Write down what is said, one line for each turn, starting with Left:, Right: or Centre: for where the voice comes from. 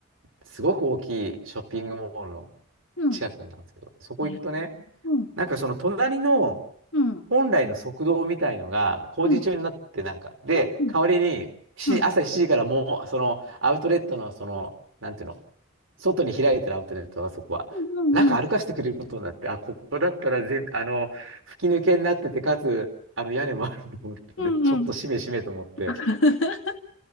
Right: すごく大きいショッピングモールの
Left: うん。
Right: 近くなんですけど、そこ行くとね、
Left: えー、うん。
Right: なんかその隣の、
Left: うん。
Right: 本来の速道みたいのが工事中になってなんか、
Left: うん。
Right: で、
Left: うん。うん。
Right: 代わりにし朝7時からもう、
Left: うん。
Right: そのアウトレットの、その、なんていうの、外に開いてるアウトレットはそこは、
Left: うん。
Right: 中歩かせてくれることになって、あ、ここだったら全、あの、吹き抜けになってて、かつ、あの屋根もあると思って、
Left: うん。
Right: ちょっとしめしめと思って、
Left: うん。<laughs>